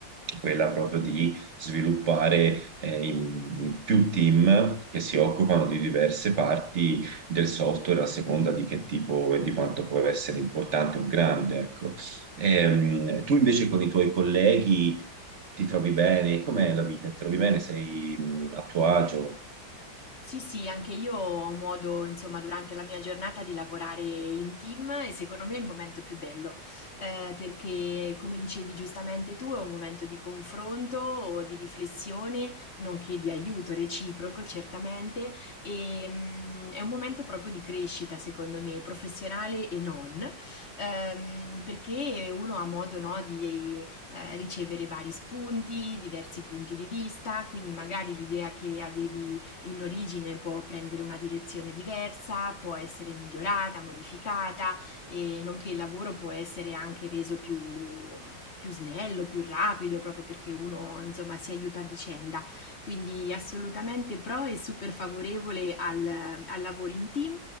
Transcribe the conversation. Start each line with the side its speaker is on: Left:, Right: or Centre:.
Right: quella proprio di sviluppare eh, in, in più team che si occupano di diverse parti del software a seconda di che tipo e di quanto può essere importante o grande, ecco. Ehm, tu invece con i tuoi colleghi ti trovi bene? Com'è la vita? Ti trovi bene? Sei mh, a tuo agio?
Left: Sì, sì, anche io ho modo, insomma, durante la mia giornata di lavorare in team e secondo me è il momento più bello, eh, perché come dicevi giustamente tu, è un momento di confronto o di riflessione, nonché di aiuto reciproco, certamente, e mm, è un momento proprio di crescita, secondo me, professionale e non, ehm, perché uno ha modo, no, di eh, ricevere vari spunti, diversi punti di vista, quindi magari l'idea che avevi in origine può prendere una direzione diversa, può essere migliorata, modificata, e nonché il lavoro può essere anche reso più, più snello, più rapido, proprio perché uno insomma si aiuta a vicenda. Quindi assolutamente pro e super favorevole al, al lavoro in team.